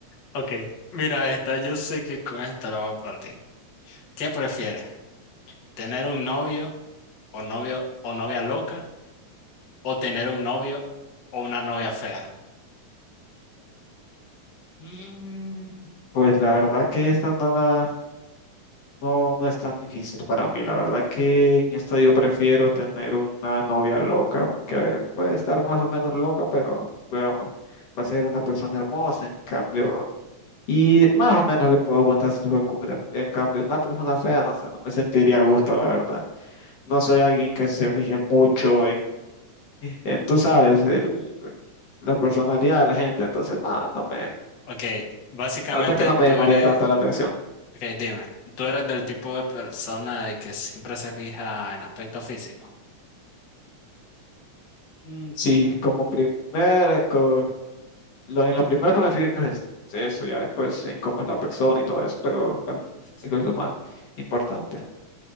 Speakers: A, on the left; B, on the left.
A: Ok, mira esta, yo sé que con esta la voy a partir. ¿Qué prefieres?
B: <laughs>
A: tener un novio o novio o novia loca o tener un novio o una novia fea.
B: Mm, Pues la verdad que esta no la, no, no es tan difícil para mí. La verdad que en esta yo prefiero tener una novia loca, que a ver, puede estar más o menos loca, pero veamos, va a ser una persona hermosa, en cambio, y más o menos le puedo aguantar sus locuras. En cambio, una persona fea, no sé, no me sentiría a gusto, la verdad. No soy alguien que se fije mucho en, tú sabes, el- la personalidad de la gente. Entonces, nada, no me,
A: Ok, básicamente
B: la verdad que no
A: tú
B: me llamaría
A: eres,
B: tanto la atención.
A: ok, dime, tú eres del tipo de persona de que siempre se fija en aspecto físico.
B: Mm, sí, como primer, co- lo, en lo primero que me fijo es eso, ya después en cómo es la persona y todo eso, pero para mí el físico es lo más importante.